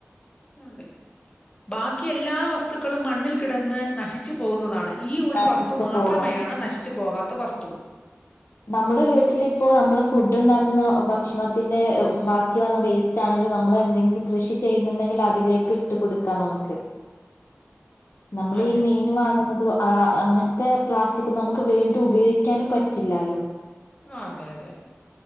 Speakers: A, on the left (about 25°); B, on the left (about 65°).
A: അതെ ബാക്കി എല്ലാ വസ്തുക്കളും മണ്ണിൽ കിടന്ന് നശിച്ചു പോകുന്നതാണ് ഈ ഒരു
B: നശിച്ചു
A: വസ്തു മാത്രമെയാണ്
B: പോകും
A: നശിച്ചു പോകാ ത്ത വസ്തു
B: നമ്മുടെ വീട്ടിലിപ്പോ നമ്മള് ഫുഡ് ഉണ്ടാക്കുന്ന ഭക്ഷണത്തിന്റെ ബാക്കി വന്ന വേസ്റ്റ് ആണെങ്കിലും നമ്മൾ എന്തെങ്കിലും കൃഷി ചെയ്യുന്നുണ്ടെങ്കിൽ അതിലേക്ക് ഇട്ടു കൊടുക്കാം നമുക്ക് നമ്മൾ
A: അതെ
B: ഈ മീൻ വാങ്ങുന്നതു വ ആഹ് അങ്ങൻത്തെ പ്ലാസ്റ്റിക്കുംനമുക്ക് വീണ്ടും ഉപയോഗിക്കാനും പറ്റി ല്ലാലോ
A: ആഹ്അതെ അതെ